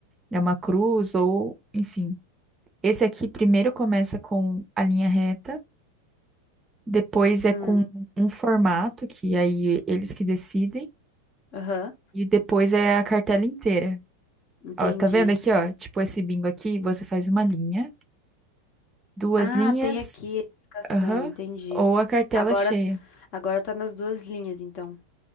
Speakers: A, on the right (about 15°); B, on the left (about 40°).
A: é uma cruz, ou, enfim. Esse aqui primeiro começa com a linha reta. Depois é
B: Hum.
A: com um formato, que aí eles que decidem.
B: Aham.
A: E depois é a cartela inteira.
B: Entendi.
A: Ó, tá vendo aqui, ó? Tipo esse bingo aqui, você faz uma linha, duas
B: Ah,
A: linhas,
B: tem aqui a explicação,
A: aham,
B: entendi.
A: ou a cartela
B: Agora,
A: cheia.
B: agora tá nas duas linhas, então.